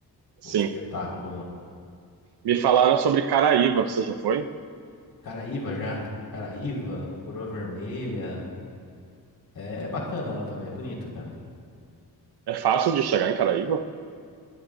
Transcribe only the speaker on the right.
sim.
Me falaram sobre Caraíva, você já foi?
É fácil de chegar em Caraíva?